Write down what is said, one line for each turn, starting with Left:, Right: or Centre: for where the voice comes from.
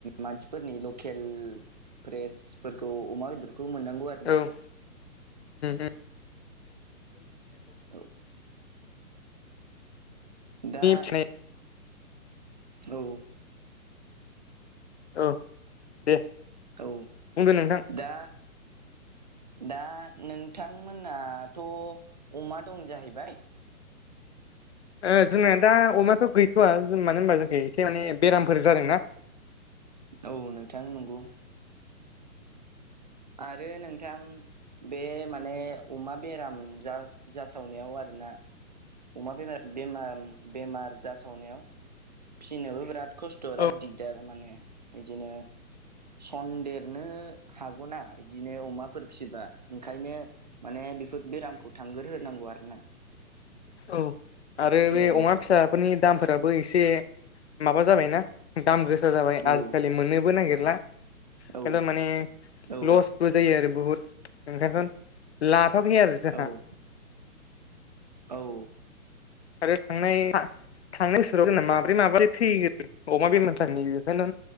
Right: मानसिफोरनि लकेल फ्रेसफोरखौ अमा बेदरखौ मोननांगौ आरो।
Left: औ उम उम
Right: औ दा
Left: फिनाय
Right: औ
Left: औ दे
Right: औ
Left: बुंदो नोंथां
Right: दा दा नोंथांमोनाथ' अमा दं जाहैबाय
Left: ओ जोंना दा अमाथ' गैथ'वा ज मानो होनबा जोंना एसे माने बेरामफोर जादों ना
Right: औ नोंथां नंगौ आरो नोंथां बे माने अमा बेराम जा जासावनायाव आरोना अमा बेम बेमार बेमार जासावनायाव फिसिनोबो बिराद खस्थ' बिराद
Left: औ
Right: दिगदार माने बिदिनो सनन्देरनो हागौना बिदिनो अमाफोर फिसिबा ओंखायनो माने बेफोर बेरामखौ थांगोरहोनांगौ आरोना
Left: औ आरो बे
Right: औ
Left: अमा फिसाफोरनि दामफोराबो एसे माबा जाबायना दाम गोसा जाबाय
Right: औ
Left: आजिखालि मोननोबो नागिरला
Right: औ
Left: खिन्थु माने
Right: औ
Left: लस बो जायो आरो बुहुत ओंखायनो लाथ'आखै आरो जोंहा
Right: औ औ
Left: आरो थांनाय थांनाय बोसोराव जोंना माब्रै माबा सो थैयो अमा बेमार थांनि बेखायनो